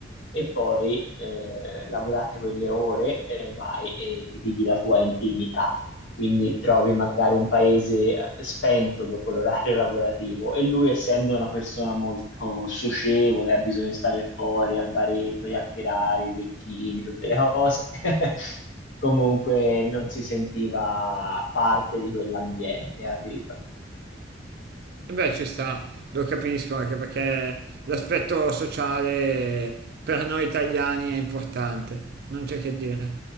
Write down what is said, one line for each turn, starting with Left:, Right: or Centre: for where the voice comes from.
Left: e poi eh, lavorate quelle ore e vai e ti vivi la tua intimità. Quindi trovi magari un paese eh, spento dopo l'orario <laughs> lavorativo e lui, essendo una persona molto socievole, ha bisogno di stare fuori al baretto, chiacchierare, i vecchini, tutte le cose. <laughs> Comunque non si sentiva parte di quell'ambiente, capito?
Right: E Beh, ci sta, lo capisco anche perché l'aspetto sociale per noi italiani è importante, non c'è che dire.